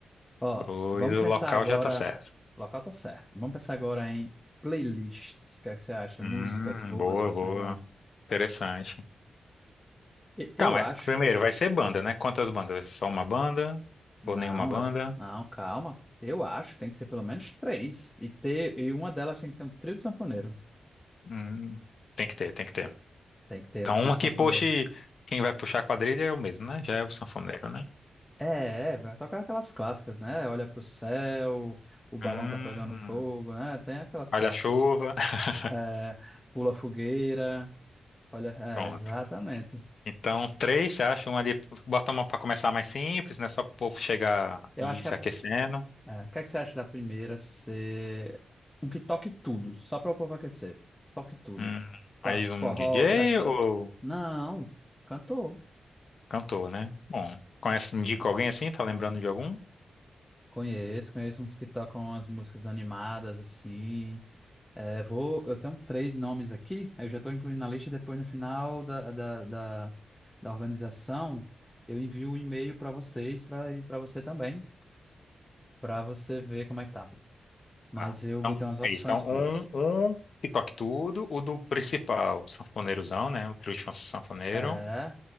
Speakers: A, in the centre; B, on the left.
A: Ó,
B: Pois
A: vamos
B: o
A: pensar
B: local
A: agora.
B: já tá certo.
A: O local tá certo. Vamos pensar agora em playlist. O que é que você acha?
B: Hum,
A: Músicas boas
B: boa,
A: para São
B: boa.
A: João?
B: Interessante.
A: E- Eu
B: Calma,
A: acho.
B: é- primeiro, vai ser banda, né? Quantas bandas? Só uma banda?
A: Não,
B: Ou nenhuma banda?
A: eu- não, calma. Eu acho, tem que ser pelo menos três. E, ter, e uma delas tem que ser um trio de sanfoneiro.
B: Hum, tem que ter, tem que ter.
A: Tem que ter
B: Então,
A: um trio
B: uma
A: de
B: que
A: sanfoneiro.
B: puxe, quem vai puxar a quadrilha é o mesmo, né? Já é o sanfoneiro, né?
A: É, é, vai tocar aquelas clássicas, né? Olha pro céu, o balão
B: Hum,
A: tá pegando fogo, né? Tem aquelas
B: guarda-chuva.
A: clássicas.
B: <laughs>
A: É, pula fogueira. Olha,
B: Pronto.
A: é, exatamente.
B: Então, três, você acha? Uma ali, bota uma pra começar mais simples, né? Só pro povo chegar
A: Eu
B: e
A: acho
B: ir
A: que
B: se
A: a
B: aquecendo.
A: É, o que é que você acha da primeira ser um que toque tudo, só para o povo aquecer? Toque tudo.
B: Hum,
A: Toque
B: aí
A: esse
B: um
A: forró,
B: DJ
A: certa.
B: ou
A: Não, cantor.
B: cantor, né? Bom, conhece, indica alguém assim? Tá lembrando de algum?
A: Conheço, conheço uns que tocam as músicas animadas, assim. É, vou, eu tenho três nomes aqui, eu já estou incluindo na lista, depois no final da, da, da, da organização, eu envio o um e-mail para vocês, para para você também, para você ver como é que tá. Mas
B: Tá.
A: eu
B: Então,
A: botei umas opções
B: é isso. Então,
A: boas.
B: um, um que toque tudo, o do principal, o sanfoneirozão, né? O trio de sanfoneiro,
A: É,